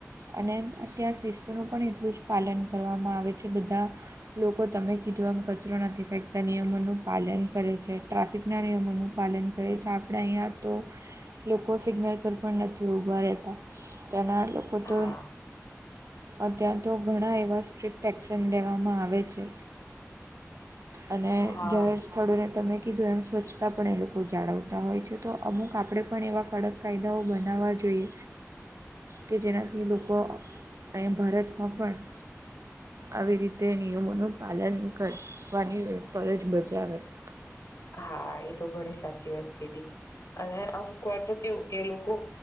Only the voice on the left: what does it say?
હા
હા
હા એ તો ઘણી સાચી વાત કીધી. અને અમુક વાર તો કેવું કે એ લોકો